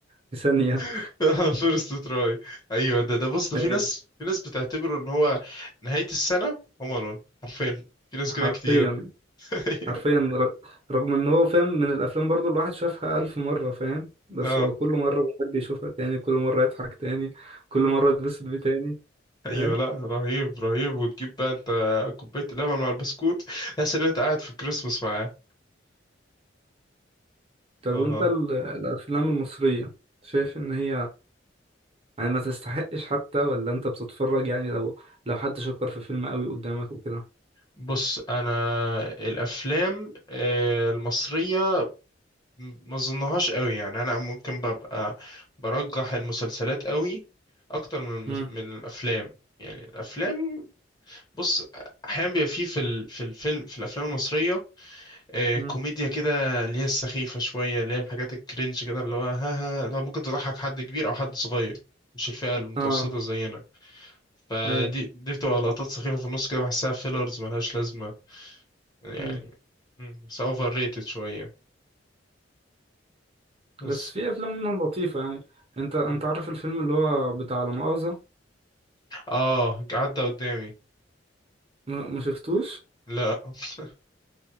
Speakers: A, on the right; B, on the left.
A: في ثانيه
B: <laughs> فيرست تراي ايوه ده ده بص ده
A: <laughs>
B: في
A: آه،
B: ناس في ناس بتعتبره ان هو نهاية السنة هوم الون حرفيا في ناس
A: حرفيا
B: كده كتير <laughs>
A: حرفيا ر- رغم ان هو فاهم من الافلام برضو الواحد شافها الف مرة فاهم بس
B: اه
A: هو كل مرة بيحب يشوفها تاني كل مرة يضحك تاني كل مرة يتبسط بيه تاني
B: ايوه
A: فاهم
B: لا رهيب رهيب وتجيب بقى انت كوباية اللبن مع البسكوت تحس ان انت قاعد في الكريسماس معاه
A: طب
B: اه
A: وانت ال- الافلام المصرية شايف ان هي يعني ما تستحقش حتى ولا انت بتتفرج يعني لو لو حد شكر في فيلم قوي قدامك وكده
B: بص انا الافلام آه، المصرية ما اظنهاش قوي يعني انا ممكن ببقى برجح المسلسلات قوي اكتر من
A: مم.
B: من الافلام يعني الافلام بص احيانا بيبقى فيه في ال- في الفيلم في الافلام المصريه آه،
A: مم.
B: كوميديا كده اللي هي السخيفه شويه اللي هي الحاجات الكرنج كده اللي هو ها ها لو ممكن تضحك حد كبير او حد صغير مش الفئه المتوسطه
A: اه
B: زينا فدي
A: اي
B: دي بتبقى لقطات سخيفه في النص كده بحسها فيلرز ملهاش لازمه يعني
A: مم.
B: مم، بس اوفر ريتد شويه بس
A: بس في افلام منهم لطيفة يعني انت انت
B: مم.
A: عارف الفيلم اللي هو بتاع لا مؤاخذة
B: اه عدى قدامي
A: ما ما شفتوش
B: لا <laughs>